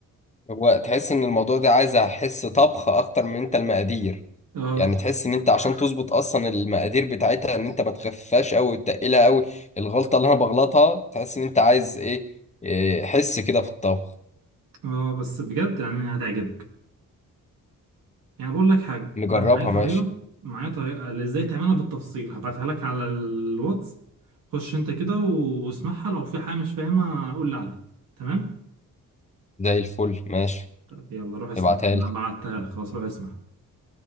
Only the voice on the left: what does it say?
هو تحس ان الموضوع ده عايز حس طبخ اكتر من انت المقادير
يعني تحس ان انت عشان تظبط اصلا المقادير بتاعتها ان انت ما تخفاش قوي وتقلها قوي الغلطه اللي انا بغلطها تحس ان انت عايز ايه إيه، حس كده في الطبخ
نجربها
ماشي
زي الفل ماشي
ابعتها
لي